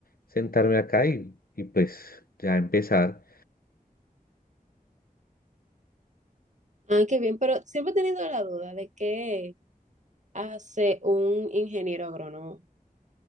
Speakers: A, on the left; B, on the right.
A: sentarme acá y, y pues ya empezar.
B: Ah, qué bien, pero siempre he tenido la duda de qué hace un ingeniero agrónomo.